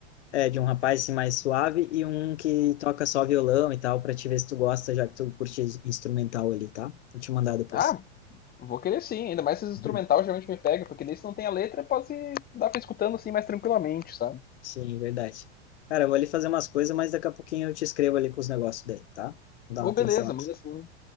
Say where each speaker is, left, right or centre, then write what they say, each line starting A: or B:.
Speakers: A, on the left (about 75°); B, on the left (about 25°).
A: É, de um rapaz assim, mais suave e um que toca só violão e tal, pra te ver se tu gosta, já que tu curte instrumental ali, tá? Vou te mandar depois.
B: Ah, vou querer sim, ainda mais se instrumental
A: <laughs>
B: geralmente me pega, porque daí se não tem a letra, pode dar pra ir escutando assim mais tranquilamente, sabe?
A: Sim, verdade. Cara, eu vou ali fazer umas coisas, mas daqui a pouquinho eu te escrevo ali com os negócios daí, tá? Vou dar
B: Ô,
A: uma atenção
B: beleza,
A: aqui.
B: manda assim,